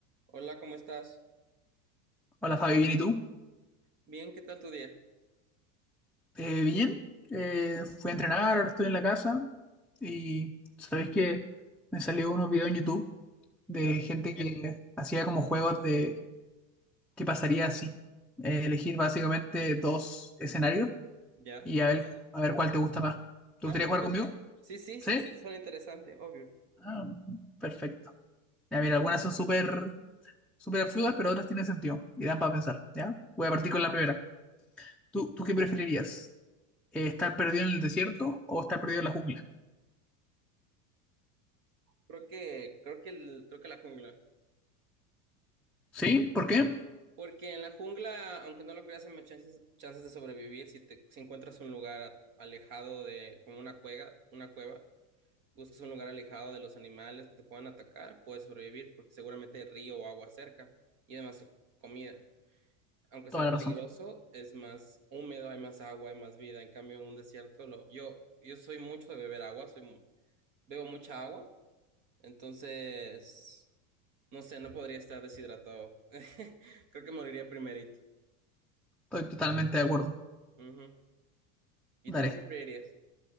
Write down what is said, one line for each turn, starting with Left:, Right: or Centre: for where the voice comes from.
Right: Hola, ¿cómo estás?
Centre: Hola Fabi, ¿bien y tú?
Right: Bien, ¿qué tal tu día?
Centre: Eh, bien, eh, fui a entrenar, ahora estoy en la casa y sabéis que me salió unos videos en YouTube de
Right: Ya,
Centre: gente que hacía como juegos de qué pasaría si Eh, elegir básicamente dos escenarios
Right: ya.
Centre: y a ver, a ver cuál te gusta más. ¿Te
Right: Dale,
Centre: gustaría jugar
Right: empieza.
Centre: conmigo?
Right: Sí, sí,
Centre: ¿Sí?
Right: sí, suena interesante, obvio.
Centre: Ah, perfecto. Ya mira, algunas son súper súper absurdas, pero otras tienen sentido y dan para pensar, ¿ya? Voy a partir con la primera. ¿Tú, tú qué preferirías? Eh, ¿estar perdido en el desierto o estar perdido en la jungla?
Right: Creo que, creo que, el- creo que la jungla.
Centre: ¿Sí? ¿Por qué?
Right: Porque en la jungla, aunque no lo creas, hay más chances, chances de sobrevivir si te, si encuentras un lugar a- alejado de, como una cueva, una cueva. Buscas un lugar alejado de los animales que te puedan atacar, puedes sobrevivir porque seguramente hay río o agua cerca y además comida. aunque
Centre: Toda
Right: sea
Centre: la
Right: peligroso,
Centre: razón.
Right: es más húmedo, hay más agua, hay más vida. En cambio, en un desierto, lo, yo, yo soy mucho de beber agua, soy, mu- bebo mucha agua, entonces, no sé, no podría estar deshidratado. <laughs> Creo que moriría primerito.
Centre: Estoy totalmente de acuerdo.
Right: Ujú. ¿Y
Centre: Dale.
Right: tú qué preferirías?